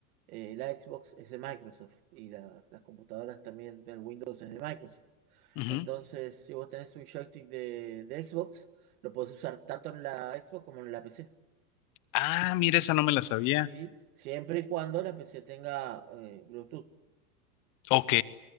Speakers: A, on the right; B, on the left.
A: eh, la Xbox es de Microsoft y la- las computadoras también del Windows es de Microsoft.
B: ujú.
A: Entonces, si vos tenés un joystick de, de Xbox, lo podés usar tanto en la Xbox como en la PC,
B: Ah, mira, esa no me la sabía.
A: ¿sí? Siempre y cuando la PC tenga eh, Bluetooth.
B: Ok,